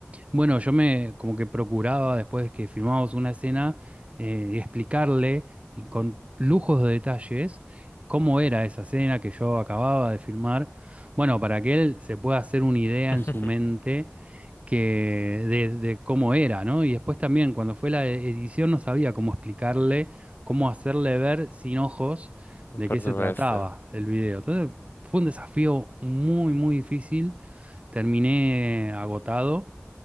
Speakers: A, on the right; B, on the left.
A: Bueno, yo me como que procuraba después de que filmábamos una escena eh, explicarle y con lujos de detalles cómo era esa escena que yo acababa de filmar. Bueno, para que él se pueda hacer una idea
B: <laughs>
A: en su mente que de, de cómo era, ¿no? Y después también cuando fue la edición no sabía cómo explicarle, cómo hacerle ver sin ojos de
B: Por
A: qué se
B: supuesto.
A: trataba el video. Entonces fue un desafío muy, muy difícil. Terminé agotado.